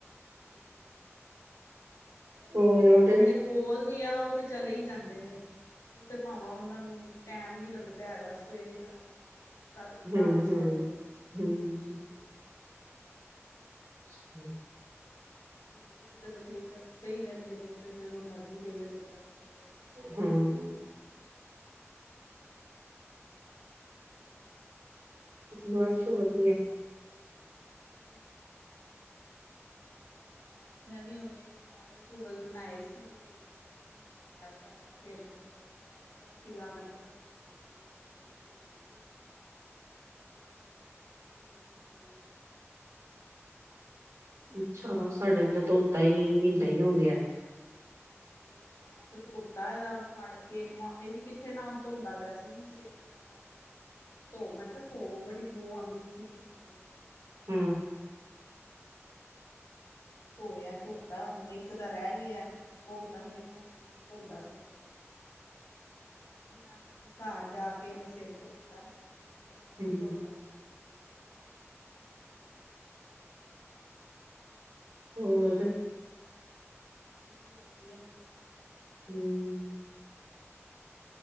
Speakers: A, on the left; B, on the right.
A: ਹਾਂਜੀ- ਹਾਂਜੀ।
B: ਹੋਰ
A: ਕੋਲਦੇ ਆ, ਉਹ ਤੇ ਚਲੇ ਹੀ ਜਾਂਦੇ ਨੇ, ਉਹ ਤੇ ਭਾਵਾਂ ਉਹਨਾਂ ਨੂੰ ਟਾਈਮ ਨਈ ਲੱਗਦਾ ਹੈਗਾ, ਸਵੇਰੇ ਜਾਵੇ ਬੰਦਾ ਰਾਤੀ
B: ਹੂੰ
A: ਘਰ ਨੂੰ,
B: ਹੂੰ
A: ਆਵੇ
B: ਹੂੰ ਸਹੀ ਏ,
A: ਸਕੂਲ ਵਾਲੇ ਤਾਂ ਬਥੇਰੇ ਚੱਲਦੇ ਹੀ ਰਹਿੰਦੇ ਨੇ, ਉਹ ਤੇ ਜਦੋਂ ਮਰਜ਼ੀ, ਦਿਲ ਕੀਤਾ ਚਲੇ ਗਏ
B: ਹੂਂ।
A: ਹੋਰ ਸੁਣਾਓ ਤੁਸੀਂ?
B: ਬਸ, ਵਧੀਆ
A: ਵਧੀਆ, ਵਧੀਆ ਹੀ ਚਾਹੀਦਾ ਬਸ ਮੈਂ ਵੀ ਹੁਣੇ, ਚਾਵਲ -ਚੂਵਲ ਬਣਾਂਏ ਸੀਗੇ, ਬੱਚਿਆਂ ਨੂੰ ਨਵਾਇਆ ਤਾਵਾਂਆ ਸਿਰ ਪਿੰਡੇ, ਐਤਵਾਰ ਸੀਗਾ ਮੈ ਕਿਹਾ, ਚੱਲ ਨਵਾਹ ਦਾ ਇਹਦਾ ਸਿਰ ਧੋਹ ਦੇਈਏ, ਫਿਰ ਸਕੂਲ ਵੀ ਜਾਣਾਂ
B: ਅੱਛਾ, ਸਾਡੇ ਆਲੇ ਨੇ ਤਾਂ ਧੋਤਾ ਹੀ ਨਈ, ਮਹੀਨਾ ਹੀ ਹੋ ਗਿਆ
A: ਨਹੀਂ ਮੈਂ ਤੇ ਧੋਤਾ ਇਹਦਾ ਫੜ ਕੇ ਨਵਾਂ ਇਹ ਵੀ ਕਿੱਥੇ ਨਾਂਹ ਧੋਂਦਾ ਪਿਆ ਸੀ। ਸਿਰ ਏਦਾ ਮੈਂ ਧੋ ਮੈਂ ਕਿਹਾ ਧੋ ਬੜੀ ਬੋਹ ਆਉਂਦ ਪਈ ਸੀ ਪਸੀਨੇ ਦੀ।
B: ਹੂ
A: ਧੋਇਆ ਧੋਤਾ ਹੁਨ ਇੱਕ ਦਾ ਰਹਿ ਗਿਆ। ਉਹ ਪਤਾ ਨੀ ਵੇਖੋ ਹੁਣ ਕਦੋਂ ਧੋਦਾ ਸਿਰ। ਇਕੋ ਵਾਰੀ ਨਾਨੀ ਘਰ ਜਾ ਕੇ ਇਹਨੇ ਸਿਰ ਧੋਤਾ। ਉਸ ਤੋਂ ਬਾਅਦ ਇਹਨੇ
B: ਹੂੰ
A: ਧੋਤਾ ਕੋਈ ਨਈ।
B: ਹੋਰ।
A: ਹੂੰ ਵਧੀਆ ਵਧੀਆ। ਤੁਸੀਂ ਸੁਣਾਂਓ।
B: ਹੂ